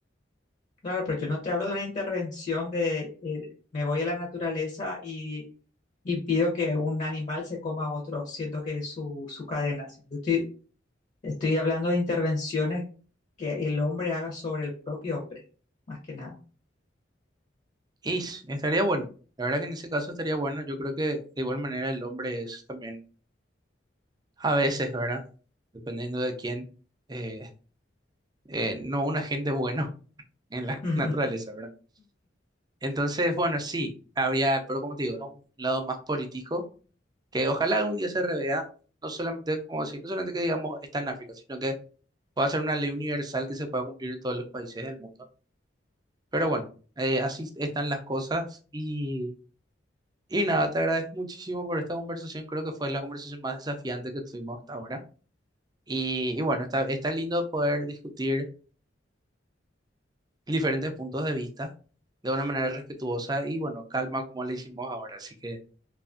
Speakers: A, on the left; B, on the right.
A: claro, pero yo no te hablo de una intervención de eh, me voy a la naturaleza y impido que un animal se coma a otro, siendo que es su, su cadena. sino que Estoy, estoy hablando de intervenciones que el hombre haga sobre el propio hombre, más que nada.
B: Y estaría bueno. La verdad que en ese caso estaría bueno. Yo creo que de igual manera el hombre es también A veces, ¿verdad? Dependiendo de quién, eh, eh, no un agente bueno en la <laughs>
A: <laughs>
B: naturaleza, ¿verdad? Entonces, bueno, sí, había, pero como te digo, es un lado más político que ojalá algún día se revea, no solamente, como decir, no solamente que digamos está en África, sino que pueda ser una ley universal que se pueda cumplir en todos los países del mundo. Pero bueno, eh, así están las cosas y, y nada, te agradezco muchísimo por esta conversación, creo que fue la conversación más desafiante que tuvimos hasta ahora. Y, y bueno, está, está lindo poder discutir diferentes puntos de vista de una manera respetuosa y bueno, calma como le hicimos ahora. Así que